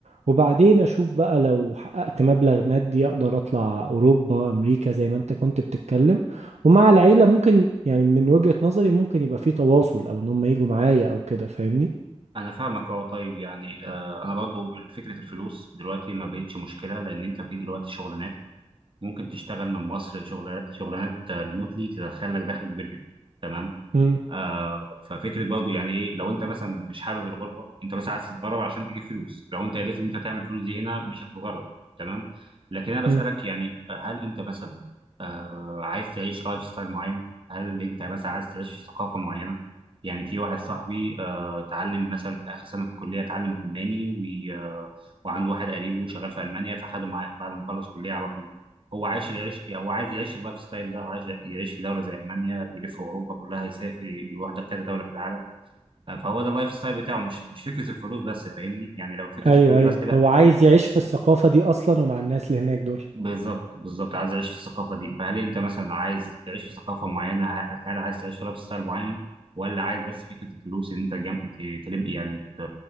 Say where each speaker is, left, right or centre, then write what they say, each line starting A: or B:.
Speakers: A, on the right; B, on the right.
A: وبعدين اشوف بقى لو حققت مبلغ مادي اقدر اطلع اوروبا امريكا زي ما انت كنت بتتكلم ومع العيله ممكن يعني من وجهة نظري ممكن يبقى في تواصل او ان هم يجوا معايا او كده فاهمني
B: انا فاهمك اه طيب يعني آه انا برضو فكره الفلوس دلوقتي ما بقتش مشكله لان انت في دلوقتي شغلانات ممكن تشتغل من مصر شغل شغلانات ريموتلي تدخل لك دخل كبير جدا تمام
A: امم
B: آه ففكره برضه يعني ايه لو انت مثلا مش حابب الغربه انت بس عايز تتغرب عشان تجيب فلوس لو انت قدرت ان انت تعمل فلوس دي هنا مش هتتغرب تمام لكن انا بسالك
A: امم
B: يعني هل انت مثلا آه عايز تعيش لايف ستايل معين هل انت مثلا عايز تعيش في ثقافه معينه يعني في واحد صاحبي آه اتعلم مثلا في اخر سنه في الكليه اتعلم الماني وي- آه، وعنده واحد قريبه شغال في المانيا فخده معاه بعد ما خلص كليه على طول هو عايش يعيش يعني هو عايز يعيش اللايف ستايل ده عايش يعيش في دوله زي المانيا يلف اوروبا كلها يسافر يروح لكذا دوله في العالم فهو ده اللايف ستايل بتاعه مش مش فكره الفلوس بس فاهمني يعني لو فكره
A: ايوه
B: الفلوس
A: ايوه
B: بس لا
A: هو عايز يعيش في الثقافه دي اصلا ومع الناس اللي هناك دول
B: بالظبط بالظبط عايز اعيش في الثقافه دي فهل انت مثلا عايز تعيش في ثقافه معينه هل هل عايز تعيش في لايف ستايل معين ولا عايز بس فكره الفلوس ان انت جم... ت- تلم يعني ت...